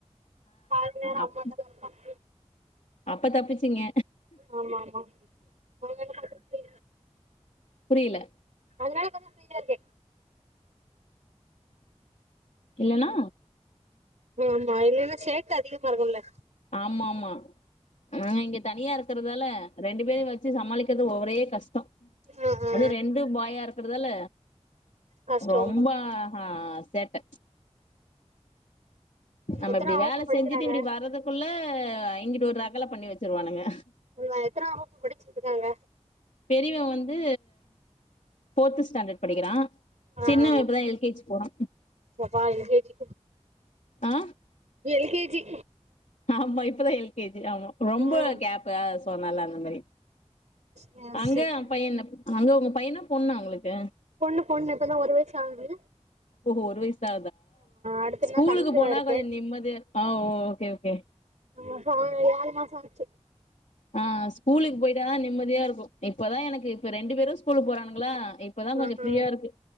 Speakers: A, on the right; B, on the left.
A: பாதி நேரோ
B: அப்
A: அம்மா <inaudible>
B: அப்ப தப்பிச்சீங்க
A: ஆமாமா அவுங்க என்ன பண்றது
B: புரில
A: அதனால கொஞ்சோ ஃப்ரீயா இருக்க
B: இல்லனா
A: ம் மா இல்லனா சேட்ட அதிகமா இருக்குல
B: ஆம்மாமா நானிங்க தனியா இருக்கறதால ரெண்டு பேரையு வச் சி சமாளிக்கறது ஒ ஒரே கஷ்டோ
A: ஆ ஆ
B: அது ரெண்டு பாயா இருக்கறதால
A: கஷ்டோ
B: ரொம்ப ஹத் சேட்ட நம்ம
A: எத்தனா
B: இப்டி
A: வகுப்பு
B: வேல
A: படிக்கிறாங்க
B: செஞ்சுட்டு இப்டி வர்றதுக்குள்ள அ இங்கிட்டு ஒரு ரகல பண்ணி வச்சருவானுங்க
A: உங்க எத்தனா வகுப் பு படிச்சிட்ருக்காங்க
B: பெரியவ வந்து ஃபோர்த் ஸ்டாண்டர்ட் படிக்கிறா
A: ஆ
B: சின்னவ
A: ஆ
B: இப்ப தா எல் கே ஜி போறா
A: பாப்பா எல் கே ஜி
B: ஆ
A: எல் கே ஜி
B: ஆமா இப்பதா எல் எல் கே ஜி ஆமா ரொம்ப
A: ஆ
B: கேப் அஸ் போமேல அந்த மாி
A: ஆ
B: அங்க
A: செரி
B: பைய என்னப் அங்க உங் பையனா பொண்ணா உங்ளுக்கு
A: பொண்ணு பொண்ணு இப்ப தா ஒரு வயசாவுது
B: ஒரு வயசு
A: அடுத்தன்னா
B: ஸ்கூலுக்கு
A: கன்சிவா
B: போனா
A: இருக்கே
B: கொஞ்ச நிம்மதியா ஓகே ஓகே
A: ஆமா ச ஏழு மாசோ ஆச்சு
B: ஆ ஸ்கூலுக்கு போயிட்டா தா நிம்மதி ஃப்ரியாருக்கும் இப்ப தா எனக்கு இப்ப ரெண்டுப் பெரும் ஸ்கூலுக் போறான்களா இப்ப தா கொஞ்சோ
A: ஆ
B: ஃப்ரீயாருக்கு
A: ஆ